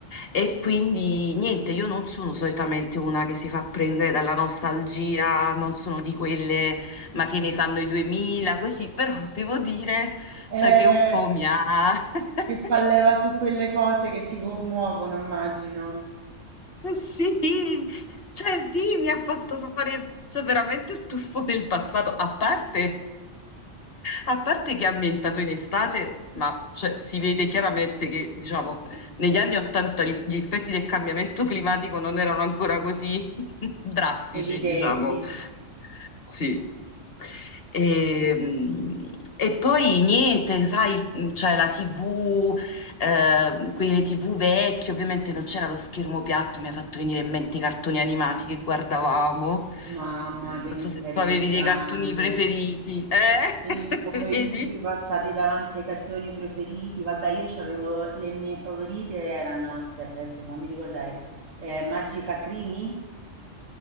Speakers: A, on the left (about 50°); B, on the right (about 85°).
A: E quindi niente, io non sono solitamente una che si fa prendere dalla nostalgia, non sono di quelle ma che ne sanno i 2000, così, però devo dire,
B: Eh,
A: cioè che un po' mi ha... <laughs>
B: che fa leva su quelle cose che ti commuovono, immagino.
A: Sì, cioè sì, mi ha fatto fare cioè, veramente un tuffo nel passato, a parte, a parte che è ambientato in estate, ma cioè, si vede chiaramente che diciamo, negli anni Ottanta gli gli effetti del cambiamento climatico non erano ancora così <laughs> drastici,
B: Evidenti,
A: diciamo. Sì. E, e poi niente, sai, mhmm, c'è la TV, eh, quelle TV vecchie, ovviamente non c'era lo schermo piatto, mi ha fatto venire in mente i cartoni animati che guardavamo.
B: mamma
A: Eh,
B: che
A: non
B: mi
A: so
B: stai
A: se tu
B: ricordando,
A: avevi dei cartoni preferiti, eh?
B: I
A: <laughs>
B: pomeriggi
A: Vedi?
B: passati davanti ai cartoni preferiti, vabbè, io c'avevo le mie favorite erano, aspetta, adesso fammi ricordare, eh, Magica Crimi,